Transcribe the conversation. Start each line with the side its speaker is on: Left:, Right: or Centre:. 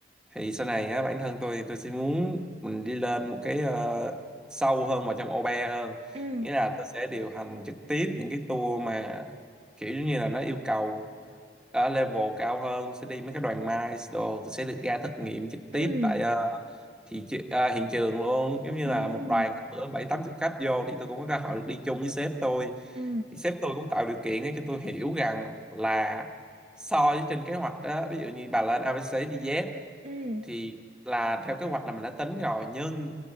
Centre: thì sau này á bản thân tôi thì tôi sẽ muốn mình đi lên một cái ờ, sâu hơn vào trong OBE hơn
Right: ừ
Centre: nghĩa là tôi sẽ điều hành trực tiếp những cái tour mà kiểu giống như là nó yêu cầu ở level cao hơn sẽ đi mấy cái đoàn mice đồ tôi sẽ được ra thực nghiệm trực tiếp
Right: ừ
Centre: tại ờ, thị tri- ờ, hiện trường luôn giống như
Right: ừ
Centre: là một đoàn hôm bữa bảy tám chục khách vô thì tôi cũng có cơ hội được đi chung với sếp tôi
Right: ừ
Centre: thì sếp tôi cũng tạo điều kiện để cho tôi hiểu rằng là so với trên kế hoạch đó ví dụ như bà lên ABC đi Z
Right: ừ
Centre: thì là theo kế hoạch là mình đã tính rồi nhưng